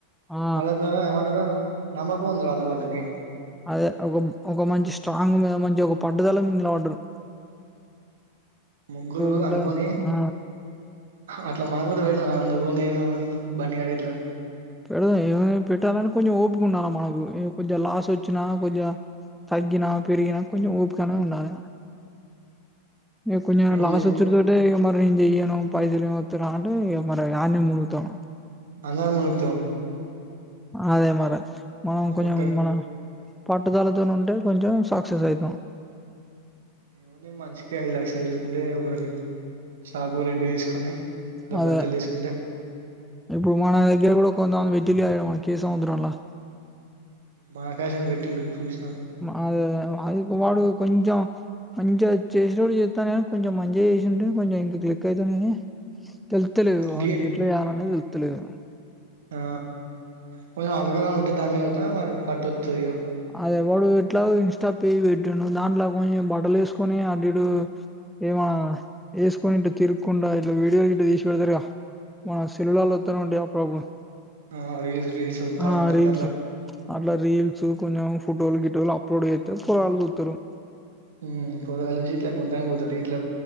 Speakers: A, in the centre; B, on the right.
A: ఆ
B: వాళ్ళ కు ఎమంటరు నమ్మకం ఉంది గాలే వాళ్ళకి
A: అదే ఒక ఒక మంచి స్ట్రాంగ్ మీద మంచి ఒక పట్టుదల మింగలా పడ్డరు
B: ముగ్గురు
A: ఉండదు
B: అనుకొని
A: ఆ
B: అట్లా మనం కూడా పెడదా నువ్వు నేను బన్నీ గాడు ఇట్లా
A: పెడదాం ఏముంది పెట్టాలని కొంచెం ఓపిక ఉండాలి మనకు కొంచెం లాస్ వచ్చినా కొంచెం తగ్గిన పెరిగినా కొంచెం ఓపికనే ఉండాల ఏ కొంచెం
B: ఏముంది
A: లాస్ వచ్చదటే మన్ నేన్ చెయ్యను పైసలు వత్తి రా అంటే ఇగ మరి ఆన్నే మునుగుతాం
B: అన్న మున్
A: అదే మరె మనం కొంచెం
B: ఒక్క
A: మన పట్టుదలతో నుంట్ టే కొంచం సక్సెస్ అయితం
B: ఏముంది మనిషి కి ఐదు లక్షలు తీసుకుంటే అది షాపు రెంట్ తీసుకొని దాంట్లో
A: అదే
B: బట్టలు తీసుకుంటే
A: ఇప్పుడు మన దగ్గర కూడ కొంత మంది పెట్టిల్లు గా ఇడ మన కేసముద్రం లా
B: బాగా ఫ్యాషం పెట్టిళ్ళు సుస్
A: ఆ అదే అదే అ అది వాడు కొంచం మంచిగా చేసేటోడు చేత్తండు కానీ కొంచెం మంచిగా చేసుంటే కొంచెం ఇంకా క్లిక్ అయితంది కానీ తెళ్తలేదు వానికి
B: డి
A: ఎట్లా చేయాలి అనేది తెలు ల్తలేదా
B: ఆ కొంచెం అవగాహన ఉంటే దాని మీదగుతా ఒక పట్టోత్తది ఇగ
A: అది ఎవడు ఇట్లా ఇంస్టా పేజి పెట్టిండు దంట్ల కొంచం బట్టలేసుకొని అటిటు ఏమా ఏసుకొని ఇట్ల తిరుక్కుంటా ఇట్ల వీడియో గిట్ట తీసి పెడతారు గా సెల్లుల్ల ఒత్తనే ఉంటాయి అప్పుడప్పుడు
B: ఆ రీల్స్ రీల్స్ వత్తా
A: ఆ
B: ఉంటాయి
A: రీల్స్
B: అట్లా
A: అట్ల రీల్స్ కొంచెం ఫోటోలు గిటోలు అప్లోడ్ చేత్తే పోరగాళ్ళు చూత్తరు
B: మ్ పోరగల్లు చూసి ఇట్ల కొంటానికి పోతారు ఇట్ల